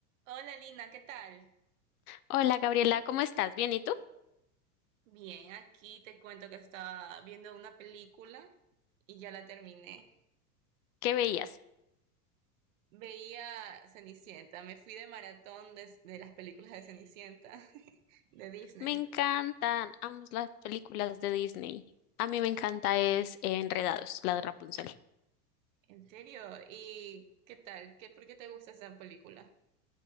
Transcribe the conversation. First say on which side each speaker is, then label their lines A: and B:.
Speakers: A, on the right; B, on the left.
A: Hola Lina, ¿qué tal?
B: Hola Gabriela, ¿cómo estás? ¿Bien y tú?
A: Bien, aquí te cuento que estaba viendo una película y ya la terminé.
B: ¿Qué veías?
A: Veía Cenicienta, me fui de maratón de, de las películas de Cenicienta <laughs> de Disney.
B: Me encantan, amo las películas de Disney. A mí me encanta es eh, Enredados, la de Rapunzel.
A: ¿En serio? ¿Y qué tal? ¿Qué, por qué te gusta esa película?